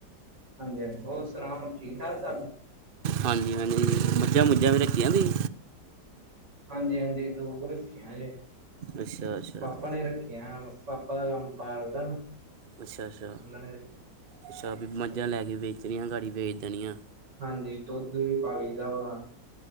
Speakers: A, on the right (about 75°); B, on the right (about 45°).
A: ਹਾਂਜੀ ਹਾਂਜੀ ਹੋਰ ਸੁਣਾਓ ਠੀਕ ਠਾਕ ਸ
B: ਹਾਂਜੀ ਹਾਂਜੀ ਮੱਝਾਂ ਮੁੱਝਾਂ ਵੀ ਰੱਖੀਆਂ ਸੀ।
A: ਹਾਂਜੀ ਹਾਂਜੀ ਦੋ ਕੁ ਰੱਖੀਆਂ ਜੇ
B: ਅੱਛਾ ਅੱਛਾ
A: ਪਾਪਾ ਨੇ ਰੱਖੀਆਂ ਪਾਪਾ ਦਾ ਕੰਮ ਪਾਲਦਾ
B: ਅੱਛਾ ਅੱਛਾ
A: ਉਹਨਾਂ ਨੇ ਰੱਖਿਆ
B: ਅੱਛਾ ਵੀ ਮੱਝਾਂ
A: ਹਾਂਜੀ
B: ਲੈ ਕੇ ਵੇਚਣੀਆਂ ਗਾਡੀ ਵੇਚ ਦੇਣੀਆ
A: ਹਾਂਜੀ ਦੁੱਧ ਵੀ ਪਾਈ ਦਾ ਵਾ